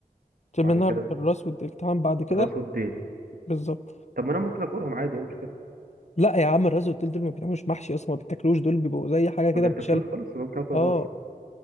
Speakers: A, on the left; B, on the right.
A: تشيل
B: بعد
A: منها
B: كده
A: الراس والديل تمام بعد كده
B: الراس والديل
A: بالظبط
B: طب ما انا ممكن اكلهم عادي ايه المشكله
A: لا يا عم الراس والتل دول ما بيتعملوش محشي اصلا ما بيتاكلوش دول بيبقوا زي حاجه كده
B: ما بيتاكلوش
A: بتشال
B: خالص أنا ممكن اكل
A: اه
B: الراس